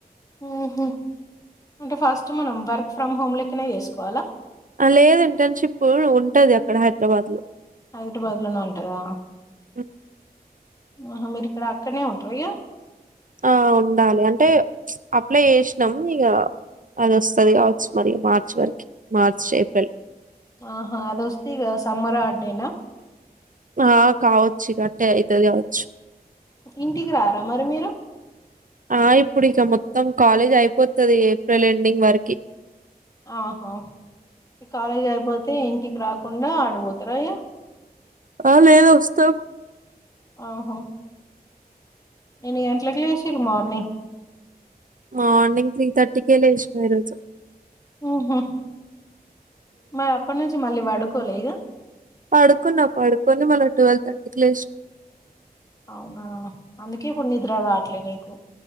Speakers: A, on the left; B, on the right.
A: అహ అంటే ఫస్ట్ మనం వర్క్ ఫ్రమ్ హోమ్ లెక్కనే చేసుకోవాలా
B: లేదు ఇంటర్న్షిప్ ఉంటది అక్కడ హైదరాబాద్ లో
A: హైదరాబాద్ లోనే ఉంటాదా
B: ఓ
A: ఆహ మీరిక్కడ అక్కడనే ఉంటరా ఇగ
B: ఆ ఉండాలి అంటే అప్లై చేసినాం ఇగ అది వస్తుంది కావచ్చు మరి మార్చ్ వరకి మార్చ్ ఏప్రిల్
A: ఆహా అదోస్తే ఇగ సమ్మర్ అడ్డేనా
B: ఆ కావచ్చు గట్టే అయితది కావచ్చు
A: ఇంటికి రారా మరి మీరు
B: ఆ ఇప్పుడు ఇక మొత్తం కాలేజీ అయిపోతది ఏప్రిల్ ఎండింగ్ వరకి
A: ఆహా ఈ కాలేజ్ అయిపోతే ఇ ఇంటికి రాకుండా ఆడికిపోతారా ఇగ
B: ఆ లేదు వస్తాం
A: ఓహో ఎన్ని గంటలకి లేసిరు మార్నింగ్?
B: మార్నింగ్ త్రీ థర్టీకే లేసినా ఈ రోజు
A: ఓహో మరి అప్పటి నుంచి మళ్ళీ పడు కోలెదా
B: పడుకున్నా పడుకొని మల్లా ట్వెల్వ్ థర్టీకి లేసినా
A: అవునా అందుకే కొన్ని నిద్ర రాట్లే నీకు